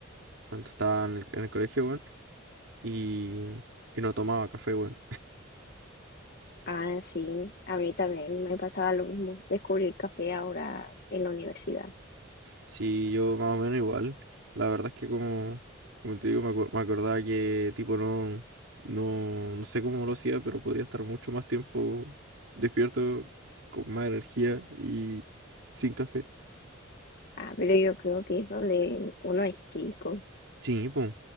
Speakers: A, on the right; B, on the left.
A: cuando estaba en el, en el colegio, bueno. y, y no tomaba café, bueno.
B: Ah, sí, a mí también me pasaba lo mismo. Descubrí el café ahora en la universidad.
A: Sí, yo más o menos igual. La verdad es que como, como te digo, me, acu- me acordaba que tipo no, no, no sé cómo lo hacía, pero podía estar mucho más tiempo despierto, con más energía y sin café.
B: Ah, pero yo creo que es donde uno es chico.
A: Sí, pues.